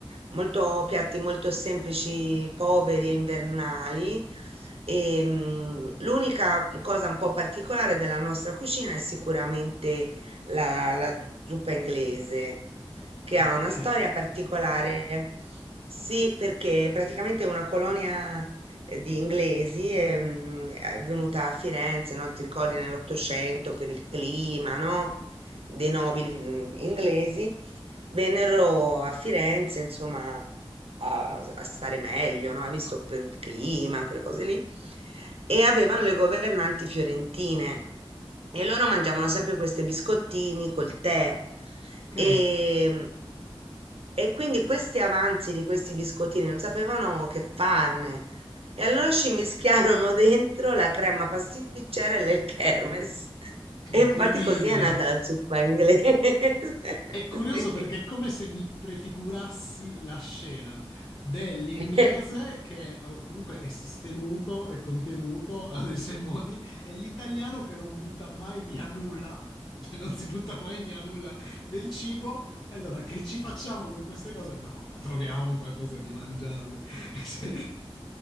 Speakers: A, on the right; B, on the left.
A: molto piatti molto semplici, poveri e invernali. E, mh, l'unica cosa un po' particolare della nostra cucina è sicuramente la la zuppa inglese che
B: Ok,
A: ha una storia particolare. Sì, perché praticamente è una colonia eh, di inglesi ehm, è venuta a Firenze, no? Ti ricordi nell'Ottocento per il clima, no? Dei nobili mm, inglesi vennero a Firenze, insomma, a, a stare meglio, no? Hai visto che per il clima, quelle cose lì. E avevano le governanti fiorentine e loro mangiavano sempre questi biscottini col tè.
B: ok,
A: E, e quindi questi avanzi di questi biscottini non sapevano che farne. E allora ci mischiarono dentro la crema pasticcera e il kermes.
B: incredibile.
A: E infatti così è nata la zuppa inglese. <laughs>
B: È curioso
A: Sì.
B: perché è come se mi prefigurassi la scena dell'inglese
A: <laughs>
B: che eh, comunque è sostenuto e contenuto <laughs> nei suoi modi e l'italiano che non butta mai via nulla, <laughs> cioè non si butta mai via nulla del cibo. E allora che ci facciamo con queste cose? No, ma troviamo un qualcosa di mangiarle. <laughs> Cioè,